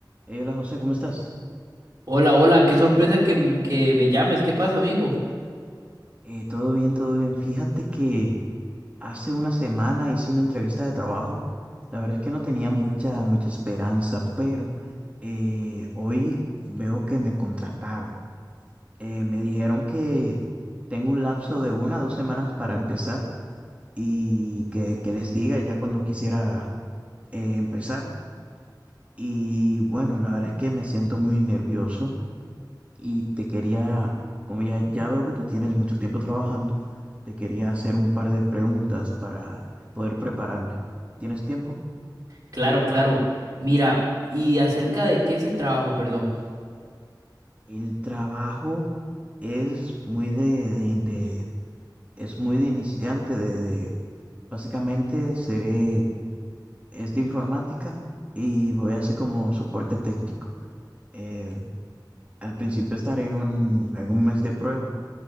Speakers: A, on the right; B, on the right.
A: Eh, hola José, ¿cómo estás?
B: Hola, hola, qué sorpresa que, m- que me llames. ¿Qué pasa, amigo?
A: Eh, todo bien, todo bien. Fíjate que hace una semana hice una entrevista de trabajo. La verdad es que no tenía mucha, mucha esperanza, pero eh, hoy veo que me contrataron. Eh, me dijeron que tengo un lapso de una a dos semanas para empezar y que, que les diga ya cuando quisiera eh, empezar. Y bueno, la verdad es que me siento muy nervioso. Y te quería, como ya, ya veo que tú tienes mucho tiempo trabajando, te quería hacer un par de preguntas para poder prepararme. ¿Tienes tiempo?
B: Claro, claro. Mira, ¿y acerca de qué es el trabajo, perdón?
A: El trabajo es muy de, de- de- es muy de iniciante, de, de- básicamente seré, es de informática y voy a hacer como soporte técnico. Eh, al principio estaré en un, en un mes de prueba,